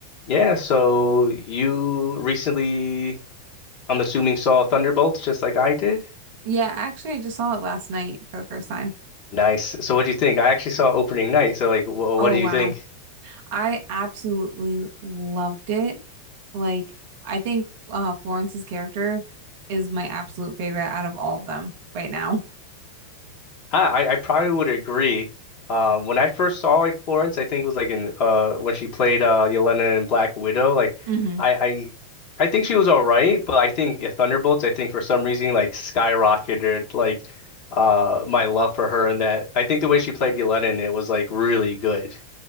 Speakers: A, on the left (about 40°); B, on the right (about 50°).
A: Yeah, so you recently, I'm assuming, saw Thunderbolts just like I did.
B: Yeah, actually, I just saw it last night for the first time.
A: Nice. So what do you think? I actually saw opening night. So like, wh
B: Oh,
A: what do
B: wow.
A: you think?
B: I absolutely loved it. Like, I think uh, Florence's character is my absolute favorite out of all of them right now.
A: Ah, I I probably would agree. Um, when I first saw like Florence, I think it was like in uh when she played uh Yelena in Black Widow. Like,
B: hmm
A: I I I think she was all right, but I think yeah, Thunderbolts. I think for some reason like skyrocketed like uh my love for her In that. I think the way she played Yelena in it was like really good.